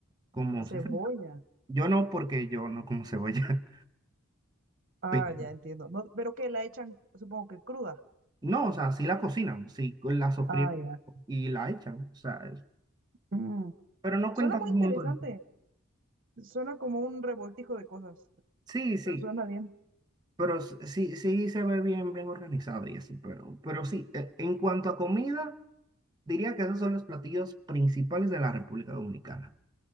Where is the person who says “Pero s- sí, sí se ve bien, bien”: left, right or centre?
Right